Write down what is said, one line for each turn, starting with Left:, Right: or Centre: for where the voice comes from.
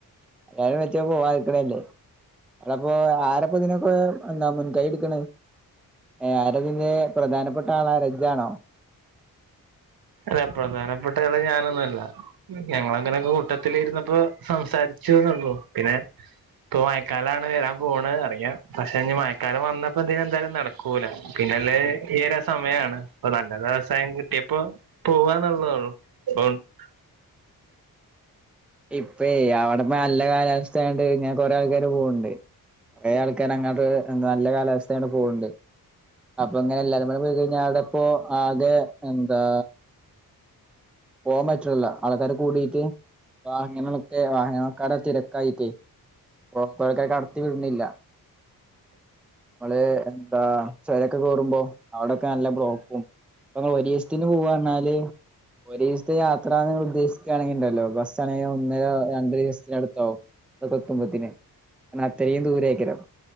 Centre: <unintelligible> വെച്ചാ പോവാതിരിക്കലല്ലേ? അല്ലപ്പോ ആരപ്പോ ഇതിനൊക്കെ എന്താ മുൻകൈയെടുക്കണ്? ഏഹ് ആരതിന്റെ പ്രധാനപ്പെട്ട ആളാരാ ജ്ജാണോ?
Right: അല്ല പ്രധാനപ്പെട്ടയാള് ഞാനൊന്നു അല്ല ഞങ്ങളങ്ങനെ കൂട്ടത്തിലിരുന്നപ്പോ സംസാരിച്ചുന്നുള്ളൂ. പിന്നെ ഇപ്പൊ മയക്കാലാണ് വരാൻ പോണ അറിയാ പക്ഷെ ഞ്ഞി മയക്കാലം വന്നാപ്പോ ഇതിനിന്തായാലും നട ക്കൂല പിന്നല്ലേ ഈയൊരു സമയാണ് പ്പൊ നല്ല വ്യവസായം കിട്ടിയപ്പോ പോവാന്നുള്ളതുള്ളു <unintelligible>
Centre: ഇപ്പേ അവിടെ നല്ല കാലാവസ്ഥയാണ്ട് ഇങ്ങന കൊറെ ആൾക്കാര് പോൺണ്ട്. കൊറേ ആൾക്കാരങ്ങോട്ട് നല്ല കാലാവസ്ഥയാണ് പോൺണ്ട് അപ്പൊ ങ്ങനെ എല്ലാരും പാടെ പോയി കഴിഞ്ഞാ അവിടപ്പോ ആകെ എന്താ പോവാം പറ്റണില്ല ആൾക്കാര് കൂടിട്ട് വാഹനങ്ങളൊക്കെ വാഹന കട തിരക്കായിട്ടേ <unintelligible> കടത്തി വിടുന്നില്ല. നമ്മള് എന്താ ചൊരൊക്കെ കേറുമ്പോ അവിടെ ക്ക നല്ല ബ്ലോക്കും പ്പങ്ങള് ഒരീസ്ത്തിന് പോവാർഞാല് ഒരീസ്ത്തെ യാത്ര നിങ്ങളു ദ്ദേശിക്കുകയാണെങ്കിലിണ്ടല്ലോ ബസാണെങ്കി ഒന്നര രണ്ടു ദിവസ്ത്തിനടുത്താവും. അവിടെത്തുമ്പത്തിനു കാരണത്രയും ദൂരെയ്ക്കല്ലൊ.